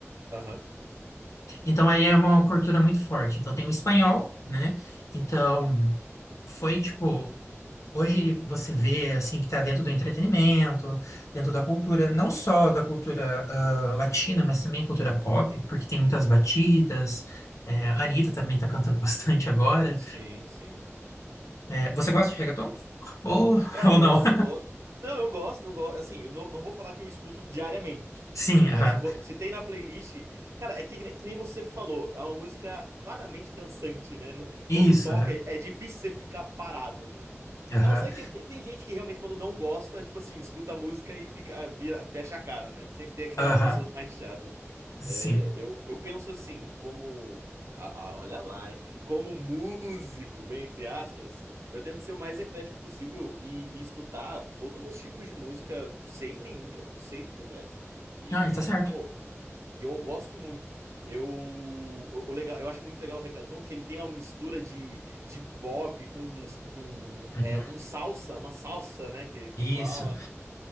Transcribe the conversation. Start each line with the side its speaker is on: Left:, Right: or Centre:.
Right: Aham.
Left: Então, aí é uma cultura muito forte. Então, tem o espanhol, né? Então, foi tipo. Hoje você vê, assim, que está dentro do entretenimento, dentro da cultura, não só da cultura ah, latina, mas também cultura pop, porque tem muitas batidas. É, a Anitta também está cantando <laughs> bastante agora.
Right: Sim, sim.
Left: É, você gosta de reggaeton? Ou,
Right: Cara,
Left: ou
Right: gosto,
Left: não?
Right: gosto. Não, eu gosto, eu gosto. Assim, eu não, não vou falar que eu escuto diariamente.
Left: <laughs> Sim,
Right: Mas
Left: aham.
Right: qu- se tem na playlist. Cara, é que, ne- que nem você falou. É uma música claramente dançante, né? N-
Left: Isso,
Right: Quando toca,
Left: aham.
Right: é, é difícil você ficar parado, né?
Left: Aham.
Right: A não ser que tem, tem gente que realmente, quando não gosta, tipo assim, escuta a música e fica, vira- fecha a cara, né? Sempre tem aquelas
Left: Aham.
Right: pessoas mais chatas.
Left: Sim.
Right: É, eu, eu penso assim, como. ah, ah, olha lá, hein? Como músico, bem entre aspas. Eu tento ser o mais eclético possível e, e escutar todos os tipos de música sem nenhum preconceito por trás. E,
Left: Ah, está certo.
Right: pô, e eu gosto muito. Eu, o, o legal, eu acho muito legal o reggaeton que ele tem uma mistura de, de pop com, um- com um,
Left: Uhum.
Right: é, um salsa, uma salsa, né, que, que
Left: Isso.
Right: fala.